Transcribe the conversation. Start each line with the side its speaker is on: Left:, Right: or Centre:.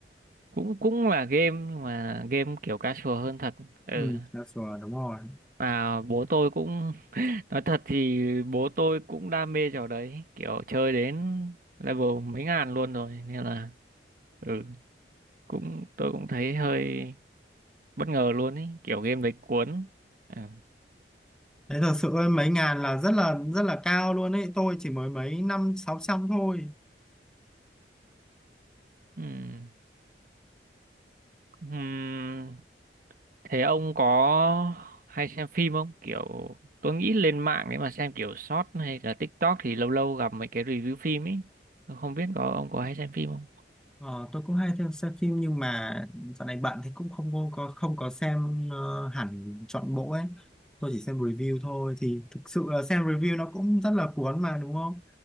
Right: cũng cũng là game nhưng mà game kiểu casual hơn thật ừ
Centre: ừ là sủa đúng rồi
Right: mà bố tôi cũng <laughs> nói thật thì bố tôi cũng đam mê trò đấy kiểu chơi đến level mấy ngàn luôn rồi nên là ừ cũng tôi cũng thấy hơi bất ngờ luôn ý kiểu game đấy cuốn ừ.
Centre: thế thật sự ơi mấy ngàn là rất là rất là cao luôn ấy tôi chỉ mới mấy năm sáu trăm thôi
Right: Ừm. Ừm, Thế ông có hay xem phim không? Kiểu tôi nghĩ lên mạng để mà xem kiểu short hay là TikTok thì lâu lâu gặp mấy cái review phim ấy. Tôi Không biết có ông có hay xem phim không?
Centre: Ờ, tôi cũng hay theo xem phim nhưng mà dạo này bận thì cũng không có có- không có xem ờ, hẳn trọn bộ ấy. Tôi chỉ xem review thôi thì thực sự là xem review nó cũng rất là cuốn mà đúng không?